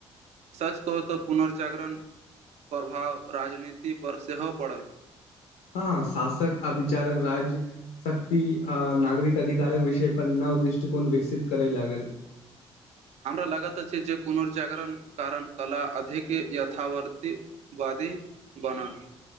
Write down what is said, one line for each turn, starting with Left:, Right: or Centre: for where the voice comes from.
Right: सच कहू तऽ पुनर्जागरण प्रभाव राजनीतिपर सेहो पड़ल
Left: हँ शासक अभिचारक राज्य शक्ति आ नागरिक अधिकारक विषय पर न नव दृष्टिकोन विकसित करै लागल
Right: <inaudible> हमरा लागैत अछि जे पुनर्जागरण कारण कला अधिक यथावर्ति बाद ति बनल